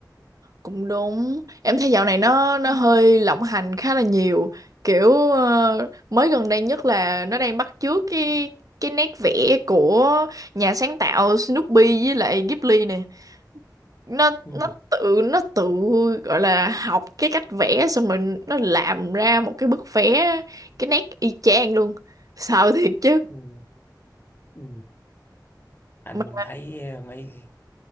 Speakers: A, on the right (about 50°); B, on the left (about 30°).
A: cũng đúng em thấy dạo này nó nó hơi lộng hành khá là nhiều kiểu ờ, mới gần đây nhất là nó đang bắt chước cái cái nét vẽ của nhà sáng tạo Snoopy với lại Ghibli nè nó
B: ừ
A: nó tự nó tự gọi là học cái cách vẽ xong rồi nó làm ra một cái bức vẽ cái nét y chang luôn sợ thiệt chứ
B: ừ ừ anh
A: mà
B: thấy ờ, mấy